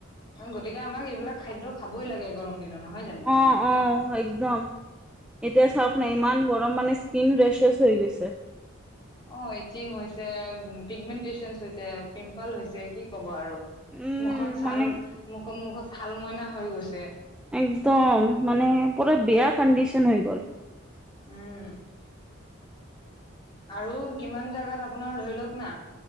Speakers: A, on the left; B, in the centre.
A: <unintelligible> গতিকে আমাক এইবিলাক খাদ্য খাবই লাগে গৰম। দিনত নহয় জানো
B: অঁ অঁ একদম এতিয়া চাওঁক নাই ইমান গৰম মানে স্কিন ৰেছেছ। থৈ গৈছে।
A: অঁ ইচিং হৈছে পিগমেন্টেচন হৈছে, পিম্পল হৈছে, কি ক'ব আৰু
B: উম
A: মুখত ছাল,
B: মানে
A: মুখ মুখত খাল মইনা হৈ গৈছে!
B: একদম মানে পুৰা বেয়া কণ্ডিচন হৈ গ'ল।
A: উম আৰু কিমান জোগাত আপ- আপোনাৰ ধৰি লওক না